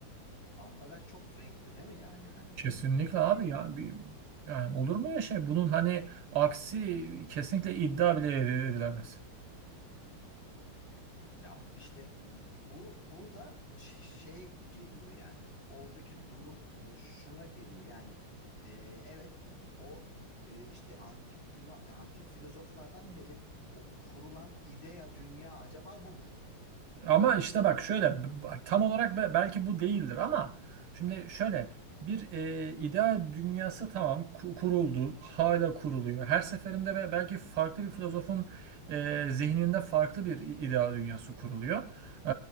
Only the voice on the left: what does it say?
Ambalaj çok renkli değil mi yani? Hani
e,
ya işte bu, bu- burada şey geliyor yani oradaki durum e, şuna geliyor yani e, evet o e, işte antik Yunan antik filozoflardan beri o kurulan idea dünya acaba bu mu?
Hı hı,